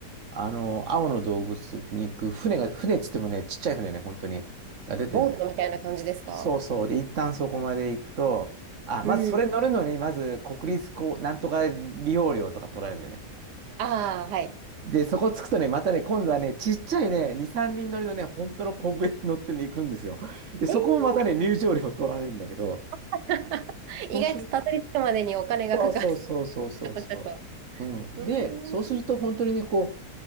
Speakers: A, on the right; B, on the right.
A: あの、青の洞窟に行く船が、船っつってもね、ちっちゃい船ね、本当に、が出てるのね。
B: ボートみたいな感じですか
A: そうそう。で、一旦そこまで行くと、あ、
B: うん。
A: まずそれ乗るのに、まず国立こう、なんとか利用料とか取られるんだよね。
B: ああ、はい。
A: で、そこ着くとね、またね、今度はね、ちっちゃいね、2、3人乗りのね、本当の小舟に乗ってね、行くんですよ。で、そこもまたね、
B: えー
A: 入場料取られるんだけど、
B: <laughs> 意外とたどり着くまでにお金がかかる。
A: そうすると、そうそうそうそうそ
B: ちょっと、ちょっと。
A: う。うん。
B: うー
A: で、そうすると本当にね、
B: ん、
A: こ